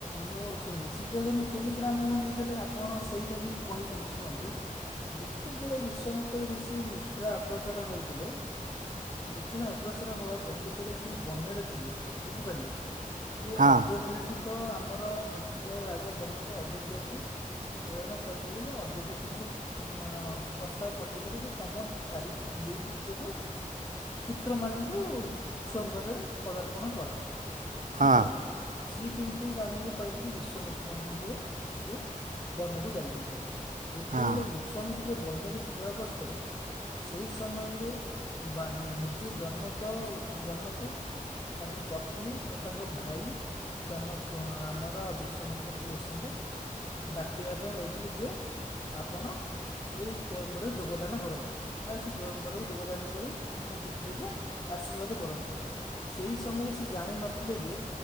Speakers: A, on the left; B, on the right.
A: ମୋ ଶୁଣନ୍ତୁ ଶିବ ଧନୁ କେମିତି ରାମ ଭାଙ୍ଗିଥିଲେ? ଆପଣ ସେଇଟା ବି କହିଥାନ୍ତେ ଶୁଣନ୍ତୁ। ଯେତେବେଳେ ବିଶ୍ଵାମିତ୍ର ଋଷି ମିଥିଳା ଅଗ୍ରସର ହଉଥିଲେ, ମିଥିଳା ଅଗ୍ରସର ହବା ପାଇଁ ଯେତେବେଳେ ସିଏ ବନରେ ଥିଲେ, ବୁଝିପାରିଲେ। ଯେ
B: ହଁ
A: ଅଯୋଧ୍ୟାକୁ ତ ଆମର ମିଥିଳା ରାଜା ଜନକ ଅଯୋଧ୍ୟାକୁ, ପ୍ରେରଣା କରିଥିଲେ ଯେ, ଅଯୋଧ୍ୟାକୁ ସବୁ, ମାମ୍ ପ୍ରସ୍ତାବ ପଠେଇଥିଲେ ଯେ, ତମ ଚାରି ଦୁଇ ପୁତ୍ରକୁ। ପୁତ୍ରମାନଙ୍କୁ ସୟମ୍ବରରେ ପଦାର୍ପଣ କର।
B: ହଁ
A: ବୁଝିପାରିଲେ। ସିଏ କିନ୍ତୁ ଜାଣିବାକୁ ପାଇଲେ ଯେ, ବିଶ୍ଵାମିତ୍ରଙ୍କ ସାଙ୍ଗରେ ସିଏ, ବନକୁ ଯାଇଛନ୍ତି। ଯେତେବେଳେ
B: ହଁ।
A: ବିଶ୍ୱାମିତ୍ର ବନରେ ଥିବା ଅବସ୍ଥାରେ, ସେଇ ସମୟରେ ବା ନିଜେ ଜନକ ଜନକ, ତାଙ୍କ ପତ୍ନୀ ଓ ତାଙ୍କ ଭାଇ, ଜନକ ଆମର ବିଶ୍ୱାମିତ୍ର ଋଷିଙ୍କୁ, ଡାକିବା ପାଇଁ ଯାଇଥିଲେି ଯେ, ଆପଣ ଏଇ ସ୍ଵୟମ୍ବରରେ ଯୋଗଦାନ କରନ୍ତୁ। ବାସ୍ ଜୁୟମ୍ବରକୁ ଯୋଗଦାନ କରି, ମୋ ପୁତ୍ରୀକୁ ଆଶୀର୍ବାଦ କରନ୍ତୁ। ସେଇ ସମୟରେ ସେ, ଜାଣିନଥିଲେ ଯେ,